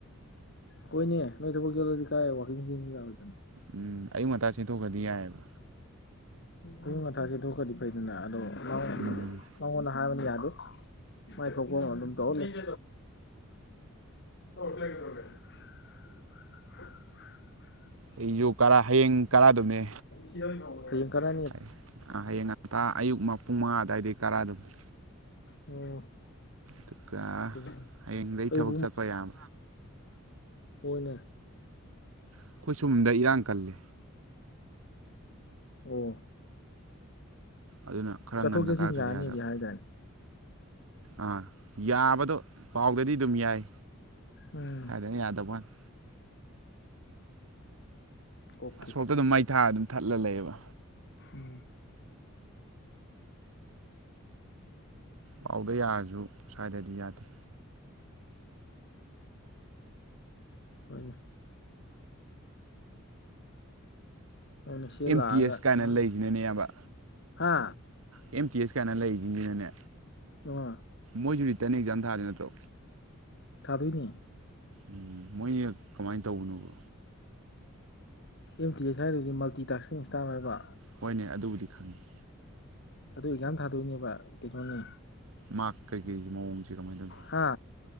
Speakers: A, on the left; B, on the right.
A: ꯀꯣꯏꯅꯦ ꯅꯣꯏ ꯊꯕꯛ ꯆꯠꯂꯗꯤ ꯀꯥꯏ ꯋꯥꯀꯤꯡ ꯆ‌ꯦꯟꯁꯤ ꯌꯥꯔ‌ꯣꯏꯗꯅ ꯌꯥꯔꯣꯏꯗꯅ
B: ꯎꯝ ꯑꯌꯨꯛ ꯉꯟꯇꯥ ꯆꯦꯟꯊꯣꯛꯈ꯭ꯔꯗꯤ ꯌꯥꯏꯕ
A: ꯑꯌꯨꯛ ꯉꯟꯇꯥ ꯆ‌ꯦꯟꯊ‌ꯣꯛꯈ꯭ꯔꯗꯤ ꯐꯩꯗꯅ ꯑꯗꯣ ꯃ
B: ꯎꯝ
A: ꯃꯉꯣꯟ ꯍꯥꯏꯕ ꯌꯥꯗꯦ ꯃꯥꯏ ꯊꯣꯛꯄꯝ ꯑꯗꯨꯝ ꯇꯧ ꯂꯩ <unintelligible> ꯑꯣ <unintelligible>
B: ꯑꯩ ꯌꯨ ꯀꯔꯥ ꯍꯌꯦꯡ ꯀꯔꯥꯗꯨꯝꯃꯦ
A: <unintelligible> ꯍꯌ‌ꯦꯡ ꯀꯥꯔ
B: ꯍ ꯑ ꯍꯌꯦꯡ ꯉꯟꯇꯥ ꯑꯌꯨꯛ ꯃ ꯄꯨꯡ ꯃꯉꯥ ꯑꯗꯥꯏꯗꯒꯤ ꯀꯔꯑꯗꯨꯝꯅꯤ
A: ꯑꯣ
B: ꯑꯗꯨꯒ
A: ꯄꯨꯡ
B: ꯍꯌꯦꯡꯗꯒꯤ
A: ꯑꯌꯨꯛ
B: ꯊꯕꯛ ꯆꯠꯄ ꯌꯥꯝ
A: ꯀ‌ꯣꯟꯅ
B: ꯑꯩꯈꯣꯏ ꯁꯨꯝꯗ ꯏꯔꯥꯡ ꯀꯜꯂꯦ
A: ꯑꯣ
B: ꯑꯗꯨꯅ ꯈꯔ
A: ꯆꯠꯊꯣꯛ
B: ꯉꯟꯅ
A: ꯆꯠꯁꯤꯟ
B: ꯀꯥꯔꯛꯇ꯭ꯔꯗꯤ
A: ꯌꯥꯅꯤꯗꯤ
B: ꯌꯥꯗꯕ
A: ꯍꯥꯏꯗꯥꯏꯅꯦ
B: ꯑꯥ ꯌꯥꯕꯗꯣ ꯄꯥꯎꯗꯗꯤ ꯑꯗꯨꯝ ꯌꯥꯏ
A: ꯎꯝ
B: ꯁꯋꯥꯏꯗꯅ ꯌꯥꯗꯕ ꯋꯥꯅꯤ
A: ꯑꯣꯀꯦ
B: ꯁꯣꯛꯇ ꯑꯗꯨꯝ ꯃꯩ ꯊꯥꯔ ꯑꯗꯨꯝ ꯊꯠꯂ ꯂꯩꯕ
A: ꯎꯝ
B: ꯄꯥꯎꯗ ꯌꯥꯔꯖꯨ ꯁ꯭ꯋꯥꯏꯗꯗꯤ ꯌꯥꯗꯦ
A: ꯍ‌ꯣꯏꯟ ꯃꯣꯏꯅ ꯁꯤ
B: ꯑꯦꯝ
A: ꯂꯥꯛꯑꯒ
B: ꯇꯤ ꯑꯦꯁ ꯀꯥꯏꯅ
A: ꯅꯪ
B: ꯂꯩꯁꯤꯅꯅꯦ ꯑꯌꯥꯝꯕ
A: ꯍꯥ
B: ꯑꯦꯝ ꯇꯤ ꯑꯦꯁ ꯀꯥꯏꯅ ꯂꯩꯔꯤꯁꯤꯡꯁꯤꯅꯅꯦ
A: ꯑ‌ꯣ
B: ꯃꯣꯏꯁꯨ ꯔꯤꯇꯟ ꯑꯦꯛꯖꯥꯝ ꯊꯥꯗ‌ꯣꯏ ꯅꯠꯇ꯭ꯔꯣ
A: ꯊꯥꯗꯣꯏꯅꯦ
B: ꯎꯝ ꯃꯣꯏꯁꯤ ꯀꯃꯥꯏꯟ ꯇꯧꯕꯅꯣꯕ
A: ꯑꯦꯝ ꯇꯤ ꯑꯦꯁ ꯍꯥꯏꯗꯨꯗꯤ ꯃꯜꯇꯤ ꯇꯥꯛꯁꯀꯤꯡ ꯏꯁꯇꯥꯞ ꯍꯥꯏꯕ
B: ꯍꯣꯏꯅꯦ ꯑꯗꯨꯕꯨꯗꯤ ꯈꯪꯉꯤ
A: ꯑꯗꯨ ꯑꯦꯛꯖꯥꯝ ꯊꯥꯗꯣꯏꯅꯦꯕ ꯀꯩꯅꯣꯅꯤ
B: ꯃꯔ ꯀꯩꯀꯩꯒꯤ ꯃꯑꯣꯡꯁꯦ ꯀꯃꯥꯏꯅ ꯇꯧꯅꯤ
A: ꯍꯥ